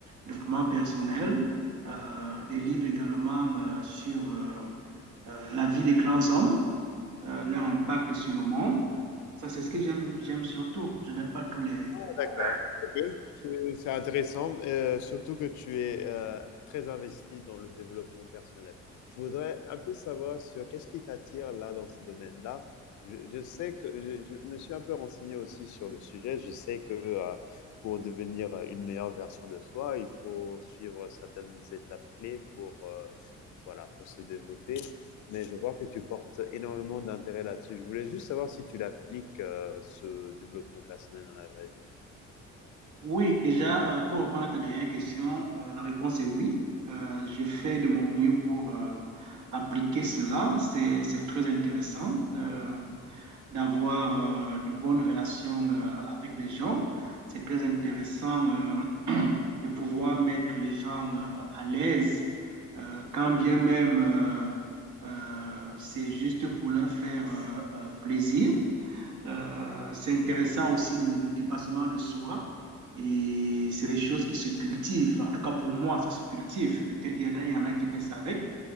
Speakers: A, on the right; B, on the left.
A: développement personnel, euh, des livres également euh, sur euh, euh, la vie des grands hommes, euh, leur impact sur le monde. Ça, c'est ce que j'aime, j'aime surtout. Je n'aime pas tous les, les- les-
B: Ah, d'accord.
A: voilà.
B: OK. C'est c'est intéressant, heu, surtout que tu es, heu, très investi dans le développement personnel. Je voudrais un peu savoir sur qu'est-ce qui t'attire là, dans ce domaine-là? Je je sais que je je me suis un peu renseigné aussi sur le sujet. Je sais que, heu, pour devenir, heu, une meilleure version de soi, il faut suivre certaines étapes clés pour, heu, voilà, pour se développer. Mais je vois que tu portes énormément d'intérêt là-dessus. Je voulais juste savoir si tu l'appliques, heu, ce développement personnel dans la vraie vie?
A: Oui, déjà, euh, pour répondre à ta dernière question, euh, la réponse est oui. Euh, je fais de mon mieux pour euh, appliquer cela. C'est, c'est très intéressant euh, d'avoir euh, de bonnes relations euh, avec les gens. C'est très intéressant euh, de pouvoir mettre les gens euh, à l'aise, euh, quand bien même euh, euh, c'est juste pour leur faire euh, euh, plaisir. Euh, c'est intéressant aussi le, le dépassement de soi. Et c'est des choses qui se cultivent. En tout cas, pour moi, ça se cultive. Peut-être il y en a, il y en a qui naissent avec.